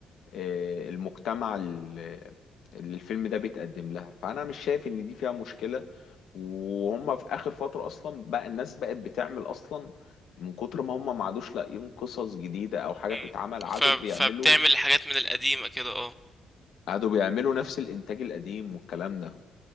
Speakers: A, on the left; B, in the centre.
A: آه، المجتمع ال- اللي الفيلم ده بيتقدم لها فأنا مش شايف إن دي فيها مشكلة وهم في آخر فترة أصلا بقى الناس بقت بتعمل أصلا من كتر ما هم ما عادوش لاقيين قصص جديدة أو حاجة
B: مم.
A: تتعمل عادوا
B: ف... فبتعمل
A: بيعملوا
B: حاجات من القديمة كده اه
A: قعدوا بيعملوا نفس الانتاج القديم والكلام ده